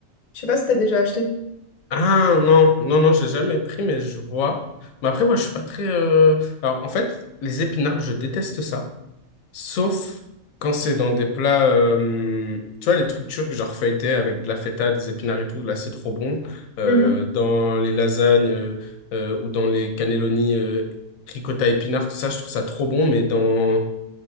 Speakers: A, on the left; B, on the left.
A: Je sais pas si t'as déjà acheté.
B: Ah non, non, non, j'ai jamais pris, mais je vois. Mais après, moi, je suis pas très. euh, Alors, en fait, les épinards, je déteste ça. Sauf quand c'est dans des plats, euh, tu vois, les trucs turcs, genre feuilletés avec de la feta, des épinards et tout, là c'est trop bon. Euh,
A: Mhm.
B: dans les lasagnes euh, euh, ou dans les cannelloni euh, ricotta épinards, tout ça, je trouve ça trop bon, mais dans,